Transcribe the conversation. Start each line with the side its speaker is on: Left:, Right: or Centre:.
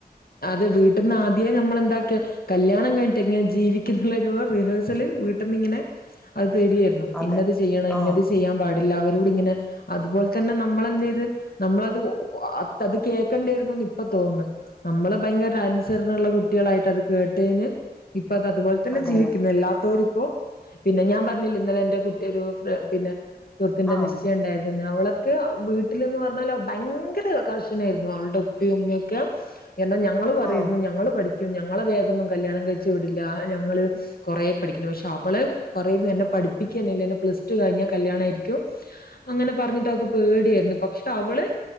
Left: അതെ വീട്ടന്ന് ആദ്യേ നമ്മളെന്താക്കിയ കല്യാണം കഴിഞ്ഞിട്ട് എങ്ങനെ ജീവിക്കുന്നുതിനുള്ള റിഹേഴ്സല് വീട്ടന്നിങ്ങനെ അത് തരികയായിരുന്നു
Centre: അതെ
Left: ഇന്നത് ചെയ്യണം
Centre: ആ
Left: ഇന്നത് ചെയ്യാൻ പാടി എല്ലാ വരോട് ഇങ്ങനെ അതുപോലെ തന്നെ നമ്മൾ എന്ത് ചെയ്ത് നമ്മളത് അത് കേൾക്കേണ്ടിയിരുന്നുന്ന് ഇപ്പൊ തോന്നുന്നു നമ്മള് ഭയങ്കര അനുസരണുള്ള കുട്ടി കുട്ടികളായിട്ട് അത് കേട്ടയ്ന് ഇപ്പൊ അത് അതുപോലെ തന്നെ
Centre: അതെ
Left: ജീവിക്കുന്ന
Centre: അതെ
Left: എല്ലാത്തൊരു ഇപ്പോ പിന്നെ ഞാൻ പറഞ്ഞില്ല ഇന്നലെ എന്റെ കുട്ടിയ ഒരു പിന്നെ സുഹൃത്തിന്റെ
Centre: ആ
Left: നിശ്ചയം ഉണ്ടായിരുന്നുന്ന് അവളെ അവൾക്ക് വീട്ടിൽന്ന് പറഞ്ഞാല ഭയങ്കര കർശനായിരുന്നു അവളുടെ ഉപ്പി ഉമ്മയൊക്കെ ഞങ്ങൾ പറയരുന്നു
Centre: ആ
Left: ഞങ്ങൾ പഠിക്കും ഞങ്ങളെ വേഗം ഒന്നും കല്യാണം കഴിച്ചു വിടില്ല ഞങ്ങൾ കുറേ പഠിക്കുന്നു പക്ഷെ അവള് പറയുന്നു എന്നെ പഠിപ്പിക്കുകയാണെങ്കിൽ എന്നെ പ്ലസ് ടു കഴിഞ്ഞൽ കല്യാണമായിരിക്കും അങ്ങനെ പറഞ്ഞിട്ട് അവക്ക് പേടിയായിരുന്നു പക്ഷെ അവള്